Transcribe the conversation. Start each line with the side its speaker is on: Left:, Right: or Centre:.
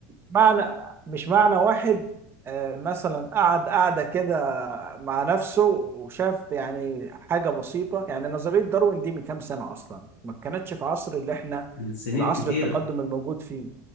Right: معنى مش معنى واحد آه، مثلا قعد قعدة كده مع نفسه وشاف يعني حاجة بسيطة يعني نظرية داروين دي من كام سنة أصلا ما كانتش في عصر اللي احنا
Left: من سنين
Right: العصر
Left: كتيرة
Right: التقدم الموجود فيه